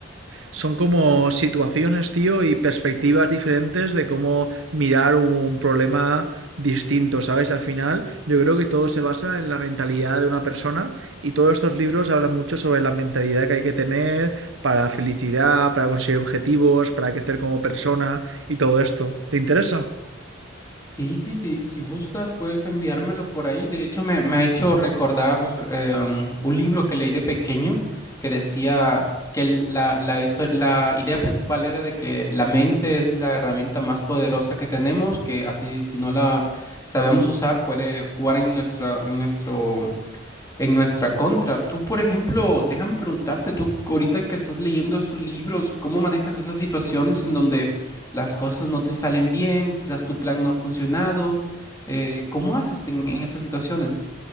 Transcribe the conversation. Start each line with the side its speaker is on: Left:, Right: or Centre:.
Right: son como situaciones, tío, y perspectivas diferentes de cómo mirar un problema distinto, ¿sabes? Al final, yo creo que todo se basa en la mentalidad de una persona y todos estos libros hablan mucho sobre la mentalidad que hay que tener para felicidad, para conseguir objetivos, para crecer como persona y todo esto. ¿Te interesa?
Left: Sí, sí, sí, si gustas puedes enviármelo por ahí. De hecho, me, me ha hecho recordar eh, um, un libro que leí de pequeño que decía que el- la, la, histo- la idea principal era de que la mente es la herramienta más poderosa que tenemos, que así si no la sabemos usar puede jugar en nuestro, en nuestro en nuestra contra. Tú, por ejemplo, déjame preguntarte, tú ahorita que estás leyendo esos libros, ¿cómo manejas esas situaciones en donde las cosas no te salen bien, quizás tu plan no ha funcionado? Eh, ¿cómo haces en, en esas situaciones?